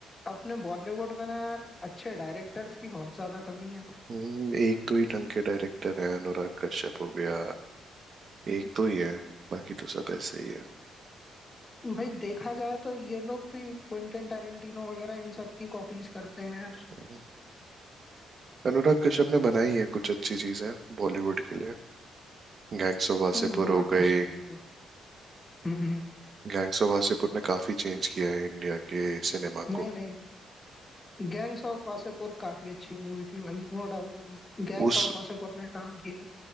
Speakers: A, on the left (about 25°); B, on the right (about 45°).
A: अपने बॉलीवुड में ना यार अच्छे डायरेक्टर्स की बहुत ज्यादा कमी है
B: हम्म, एक तो ही ढंग के डायरेक्टर है अनुराग कश्यप हो गया एक दो ही है बाकी तो सब ऐसे ही है
A: भाई देखा जाए तो ये लोग भी क्विंटन टेरेंटिनो वगैरह इन सब की कॉपीज करते हैं यार
B: हम्म, अनुराग कश्यप ने बनाई है कुछ अच्छी चीजें बॉलीवुड के लिए गैंग्स ऑफ वासेपुर
A: हम्म, अनुराग
B: हो गए
A: कश्यप ने कर- हम्म हम्म।
B: गैंग्स ऑफ वासेपुर ने काफी चेंज किया है इंडिया के सिनेमा
A: नहीं
B: को
A: नहीं गैंग्स ऑफ वासेपुर काफी अच्छी मूवी थी भाई नो डाउट भाई गैंग्स
B: उस
A: ऑफ वासेपुर ने काम किया